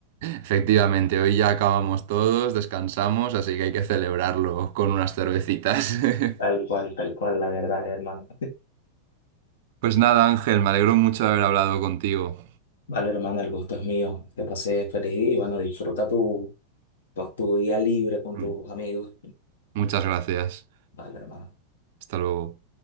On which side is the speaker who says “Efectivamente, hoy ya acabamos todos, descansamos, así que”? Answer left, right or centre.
Right